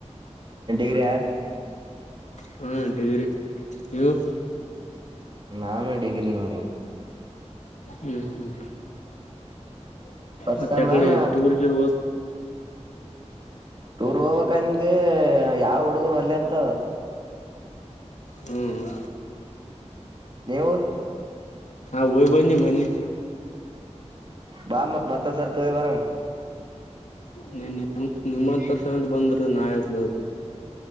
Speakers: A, on the right (about 45°); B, on the left (about 80°).
A: ಎಂಡಡಿಗ್ರಾ
B: ಹಾ ಗೀರಿ ನೀವು
A: ನಾನು ಡಿಗ್ರಿ ನೋಡಿ
B: ಹ್ಮ್ ಹ್ಮ್
A: ವರ್ಷಮ್ಮಾನ
B: ಮತ್ತ ಕಡೆ ಟೂರ್ ಗೇರ್
A: ಟೂರ್ ಹೋಗ್ಕ್ಂದ ಯಾವ ಹುಡುಗರು ಒಲ್ಲೆ ಅಂತ
B: ಹ್ಮ್
A: ನೀವು
B: ಹಾ ಹೋಗ್ ಬಂದಿ ಮೊನ್ನೆ
A: ಬಾಮತ್ ಮತ್ತ ಸರ ಹೋಗಿದ್ದ ಬರಮಾ
B: ನೀನ್ ನಿ ನಿಮ್ಮತ್ತರ ಸಟ್ ಬಂದ್ರೆ ನಾಯಕ್ ಬರ್ತ